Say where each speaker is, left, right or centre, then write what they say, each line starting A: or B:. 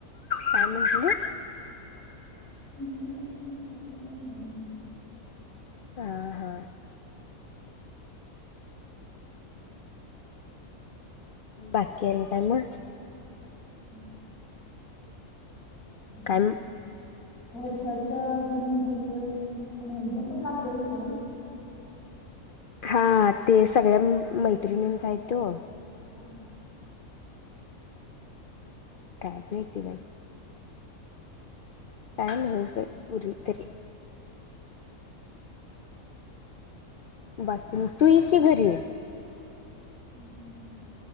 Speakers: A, on the left; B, on the left.
A: काय म्हंटलीस?
B: <inaudible>
A: हा हा. बाकी आणि काय मग?
B: <inaudible> आता
A: काय
B: मिक्सरच्या प ग्रुपवर आणि ग्रुपवर असल सोड.
A: हा ते सगळ्या मैत्रिणींचा हाय त्यो
B: हा.
A: काय माहिती बाई काय नव्ह पोरी तरी बाकी तु ये की घरी
B: उम्म आता